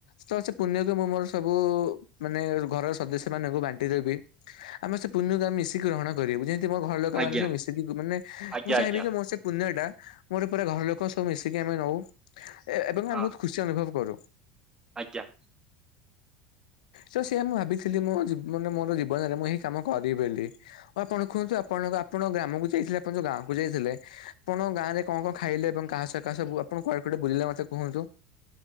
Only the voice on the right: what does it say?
ଆଜ୍ଞା।
ଆଜ୍ଞା
ଆଜ୍ଞା
ହଁ
ଆଜ୍ଞା।